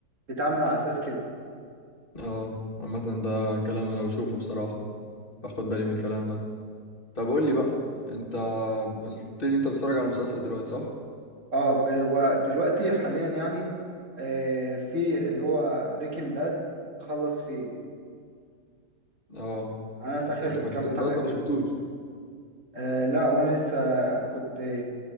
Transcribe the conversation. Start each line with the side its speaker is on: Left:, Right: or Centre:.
Right: بيتعامل على اساس كده
Left: اه عامه ده كلام انا بشوفه بصراحه باخد بالي من الكلام ده طب قول لي بقى انت قلت لي انت بتتفرج على مسلسل دلوقتي صح
Right: اه ب- ودلوقتي حاليا يعني آه في اللي هو بريكنج باد خلص فيه
Left: اه
Right: انا في اخر
Left: انت كنت
Right: كام
Left: لسه
Right: حلقة
Left: اصلا ما
Right: كده
Left: شفتوش
Right: آه لا هو انا لسه كنت